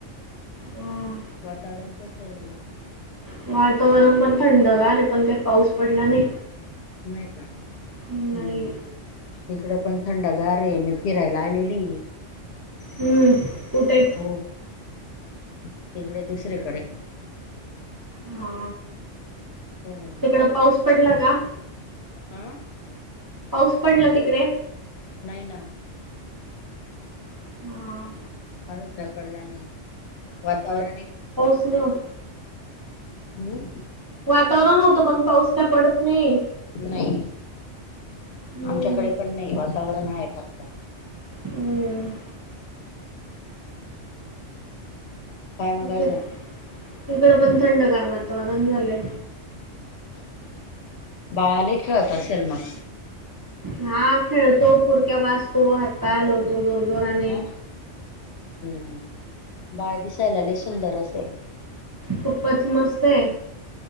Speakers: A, on the right (about 25°); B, on the left (about 65°).
A: अं,
B: वातावरण कस आहे
A: वातावरण पण थंडगार पण काय पाऊस पडला नाही
B: नाही का?
A: नाही
B: हम्म इकडं पण थंडगार आहे मी फिरायला आलेली
A: हम्म कुठे
B: हो तिकडे दुसरीकडे
A: हा
B: हम
A: तिकड पाऊस पडला का
B: हा
A: पाऊस पडला तिकडे
B: नाही ना
A: हां
B: अजून पडला नाही वातावरणही फक्त
A: स्णो
B: हम्म
A: वातावरण होतं पण पाऊस का पडत नाही
B: नाही
A: हम्म,
B: आमच्याकडे पण नाही वातावरण आहे फक्त
A: हम
B: काय मग अजून
A: तिकड पण थंडग वातावरण झालंय
B: बाळाला खेळत असेल मग
A: हा खेळतो पुरक्या वाजतो ह पायलवतो जोर जोराने
B: हा हम्म बाळ दिसायलाले सुंदर असेल
A: खूपच मस्त आहे